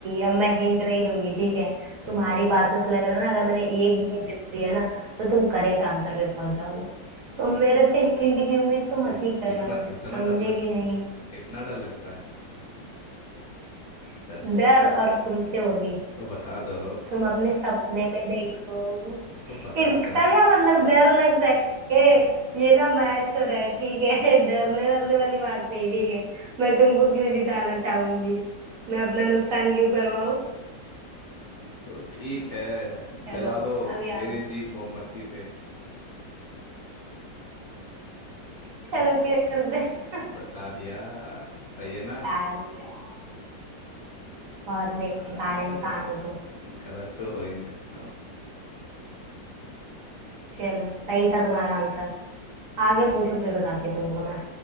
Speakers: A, on the right (about 55°); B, on the left (about 70°).
A: अब मैं हिंट नहीं दूंगी ठीक है
B: क्यों
A: तुम्हारी
B: नहीं दोगे
A: बातों से लग रहा है ना अगर मैंने एक भी हिंट दिया ना तो तुम करेक्ट आंसर पे पहुंच जाओगे तो मेरे से हिंट की उम्मीद तो
B: इत,
A: मत ही करना
B: इतना
A: बेटा
B: इतना
A: समझे
B: डर लग
A: कि नहीं
B: इतना डर लगता है
A: <laughs>
B: डरपोक
A: डर और तुमसे वो भी
B: तो बता दो
A: तुम अपने सपने में देखो
B: तो बता
A: इसका
B: दो
A: क्या मतलब डर लगता है ए ये ना मैच हो रहा है ठीक है <laughs> डरने वरने वाली बात नहीं ठीक है मैं तुमको क्यों जिताना चाहूंगी मैं अपना नुकसान क्यों करवाऊं
B: तो ठीक है
A: चलो
B: जला दो
A: अब यार
B: मेरी जीत मोमबत्ती से
A: चलो
B: <laughs>
A: खेलते हैं।
B: बता दिया सही है ना
A: यार भैया बहुत बेकार
B: अरे
A: इंसान हो तुम
B: गलत तो हो ही नहीं सकता मैं
A: चलो सही था तुम्हारा आंसर आगे
B: हम्म,
A: पूछो फिर बताती हूँ तुमको मैं